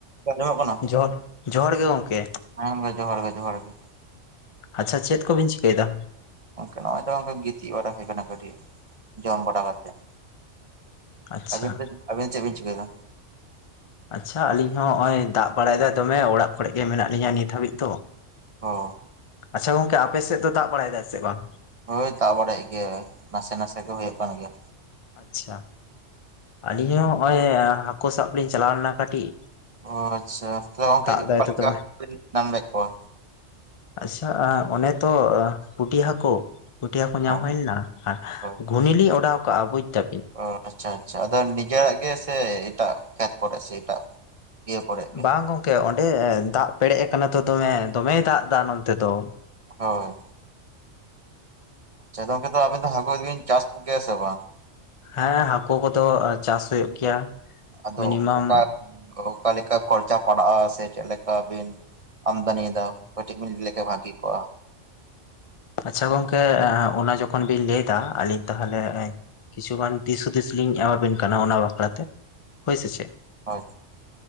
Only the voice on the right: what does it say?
ᱟᱧᱡᱚᱢᱚᱜ ᱠᱟᱱᱟ?
ᱦᱮᱸ ᱜᱚᱝᱠᱮ ᱡᱚᱦᱟᱨ ᱜᱮ, ᱡᱚᱦᱟᱨ ᱜᱮ᱾
ᱜᱚᱝᱠᱮ ᱱᱚᱜ-ᱚᱭ ᱛᱚ ᱜᱤᱛᱤᱡ ᱵᱟᱲᱟ ᱦᱩᱭ ᱠᱟᱱᱟ ᱠᱟᱹᱴᱤᱡ ᱡᱚᱢ ᱵᱟᱲᱟ ᱠᱟᱛᱮᱜ᱾
ᱟᱹᱵᱤᱱ ᱫᱚ ᱟᱹᱵᱤᱱ ᱪᱮᱜ ᱵᱤᱱ ᱪᱤᱠᱟᱹᱭ ᱫᱟ?
ᱦᱚ᱾
ᱦᱳᱭ ᱫᱟᱜ ᱵᱟᱲᱟᱭᱮᱜ ᱜᱮᱭᱟᱭ ᱱᱟᱥᱮ ᱱᱟᱥᱮ ᱜᱮ ᱦᱩᱭᱩᱜ ᱠᱟᱱ ᱜᱮᱭᱟ᱾
ᱚᱻ ᱟᱪᱪᱷᱟ ᱛᱚ ᱜᱚᱝᱠᱮ
ᱡᱮ
ᱚᱠᱟ
ᱞᱮᱠᱟ
ᱠᱩ ᱵᱤᱱ ᱧᱟᱢ ᱞᱮᱜ ᱠᱚᱣᱟ?
ᱦᱳᱭ
ᱦᱳᱭ
ᱚ ᱟᱪᱪᱷᱟ ᱟᱪᱪᱷᱟ ᱟᱫᱚ ᱱᱤᱡᱮᱨᱟᱜ ᱜᱮ ᱥᱮ ᱮᱴᱟᱜ ᱠᱷᱮᱛ ᱠᱚᱨᱮ ᱥᱮ ᱮᱴᱟᱜ ᱤᱭᱟᱹ ᱠᱚᱨᱮ ᱜᱮ
ᱦᱳᱭ᱾ ᱟᱪᱪᱷᱟ ᱜᱚᱝᱠᱮ ᱛᱚ ᱟᱵᱤᱱ ᱦᱟᱠᱩ ᱵᱤᱱ ᱪᱟᱥ ᱠᱚ ᱜᱮᱭᱟ ᱥᱮ ᱵᱟᱝ?
ᱟᱫᱚ
ᱚᱠᱟ ᱚᱠᱟ ᱞᱮᱠᱟ ᱠᱷᱚᱨᱪᱟ ᱯᱟᱲᱟᱜ-ᱟ ᱥᱮ ᱪᱮᱜ ᱞᱮᱠᱟ ᱵᱤᱱ ᱟᱢᱫᱟᱱᱤᱭ ᱫᱟ ᱠᱟᱹᱴᱤᱡ ᱵᱤᱱ ᱞᱟᱹᱭ ᱞᱮᱠᱷᱟᱱ ᱵᱷᱟᱜᱤ ᱠᱚᱜ-ᱟ᱾
ᱦᱳᱭ